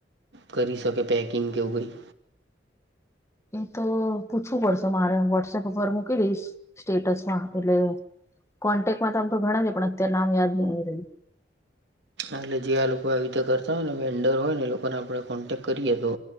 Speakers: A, on the right; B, on the left.
A: કરી શકે પેકિંગ કેવું કઈ.
B: એ તો પૂછવું પડશે મારે વોટ્સએપ પરર મૂકી દઈશ, સ્ટેટસ. હા એટલે કોન્ટેકમાં તો આમ તો ઘણા છે પણ અત્યારે નામ યાદ નહી આવી રહ્યું.
A: એટલે જે આ લોકો આવી રીતે કરતા હોય ને વેન્ડર હોય ને એ લોકોને આપણે કોન્ટેક્ટ કરીએ તો